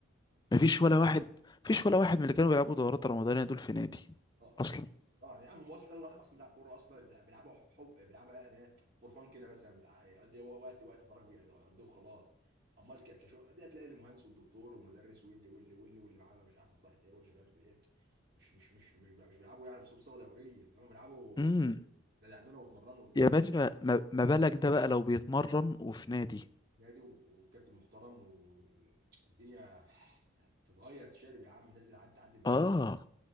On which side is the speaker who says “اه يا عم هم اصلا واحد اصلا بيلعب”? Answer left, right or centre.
Right